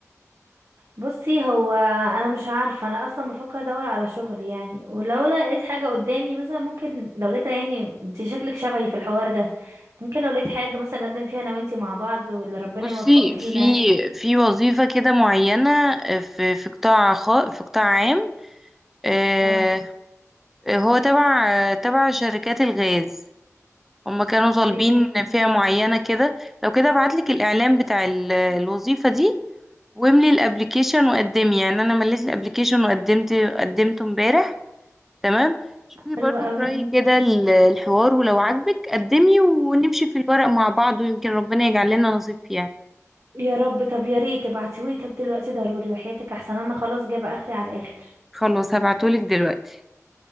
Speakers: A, on the right (about 60°); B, in the centre.
A: بصي هو انا مش عارفه انا اصلا بفكر ادور على شغل يعني ولو لقيت حاجه قدامي مثلا ممكن لو لقيتها يعني انت شكلك شبهي في الحوار ده ممكن لو لقيت حاجة مثلا نقدم فيها انا وانتي مع بعض واللي ربنا
B: بصي
A: يوفقه فينا
B: في في وظيفة كده معينة آه، في في قطاع خاص في قطاع عام آه،
A: اه
B: آه، هو تبع تبع شركات الغاز هما كانوا
A: اوكي
B: طالبين فئة معينة كده لو كده ابعتلك الإعلان بتاع ال- الوظيفة دي واملي الابليكيشن وقدمي يعني انا مليت الابليكيشن وقدمت قدمته امبارح تمام شوفي
A: حلوة
B: برضو
A: قوي
B: في رأيي
A: أم.
B: كده ال- الحوار ولو عجبك قدمي ونمشي في الورق مع بعض ويمكن ربنا يجعل لنا نصيب فيها
A: يا رب طب يا ريت تبعتيهولي طب دلوقتي ضروري وحياتك احسن انا خلاص جايبة اخري على الاخر
B: خلاص هبعتهولك دلوقتي